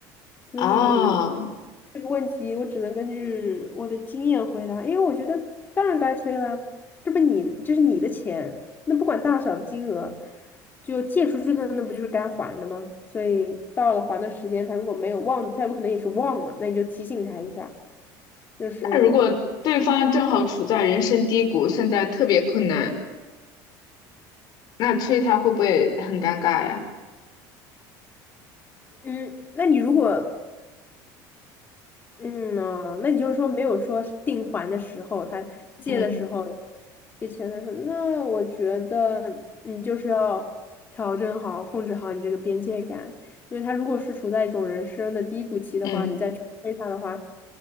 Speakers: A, on the left; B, on the left.
A: 所以
B: 啊，
A: 这个问题我只能根据我的经验回答，因为我觉得当然该催啦，这不你这是你的钱，那不管大小的金额，就借出去的那不就是该还的吗？所以到了还的时间，他如果没有忘，他有可能也是忘了，那你就提醒他一下，就是
B: 那如果对方正好处在人生低谷，现在特别困难，那催他会不会很尴尬呀？
A: 嗯，那你如果嗯呢、那你就是说没有说定还的时候，他借的时候
B: 嗯
A: 借钱的时候，那我觉得你就是要调整好、控制好你这个边界感，因为他如果是处在一种人生的低谷期的话，
B: 嗯
A: 你再去催他的话，